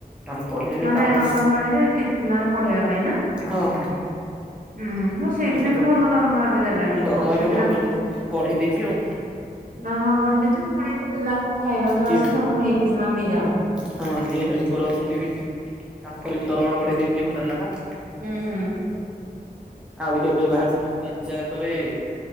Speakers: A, in the centre; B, on the right (about 60°).
A: ତାଙ୍କୁ କହିବେ ଯଦି
B: ମାନେ
A: ତାଙ୍କର ଗୋଟେ
B: ଅଙ୍ଗନବାଡିରେ ମାନେ ପଢେଇବା ପାଇଁ ନା।
A: ହଁ ହଁ
B: ହୁଁ ହୁଁ ହଁ ସେଇଥିରେ
A: ଏବେ
B: ବି
A: ତ
B: ଭଲ ଦରମା ହେଲେ ଦେଲାଣି
A: ଦରମା ଏବେ
B: ସେଥିରେ
A: ବଢ ବଢେଇ ଦେଇଛି ଆଉ
B: ଦରମା ବଢି ଦେଇଛନ୍ତି ପଣିଆ ତ ପିଲାଙ୍କ ଖାଇବା ଯୋଉ
A: ଯିଏ
B: ଆସ ସବୁ ନେଇକି ସେମାନେ ନେଇଯାଆନ୍ତି।
A: ହଁ ଯିଏ ହେଲ୍ପର ଅଛନ୍ତି ବି ତାଙ୍କର ବି ଦରମା ବଢେଇ ଦେଇଛି ହଜାର ନାଗା।
B: ହୁଁ ହୁଁ।
A: ଆଉ ଗୋଟେ ଏବେ ବାହାରିଥିଲି ପଞ୍ଚାୟତରେ